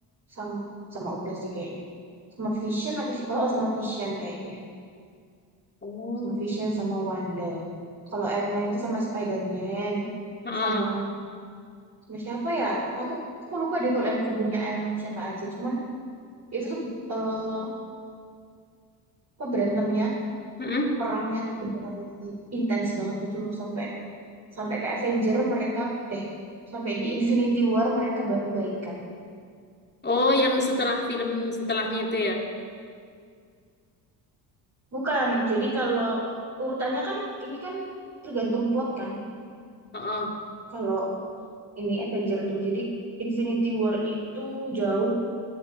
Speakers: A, on the right (about 35°); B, on the left (about 20°).
A: sama, sama udah sih kayaknya. Sama Vision apa sih? Oh, oh, sama Vision kayaknya.
B: Oh.
A: Sama Vision sama Wanda. Kalau Iron Man itu sama Spider-Man,
B: Ah.
A: sama sama siapa ya? Aku, aku lupa deh kalau yang kubunya Iron Man siapa aja. Cuman itu tuh eh, apa berantemnya,
B: Mm-mm.
A: perangnya tuh beneran intens banget gitu loh sampai sampai ke Avenger mereka eh sampai di Infinity War mereka baru baikan.
B: Oh, yang setelah film setelahnya itu ya.
A: Bukan. Jadi kalau urutannya kan ini kan tergantung plot kan.
B: Oh,
A: Kalau ini Avenger tuh jadi Infinity War itu jauh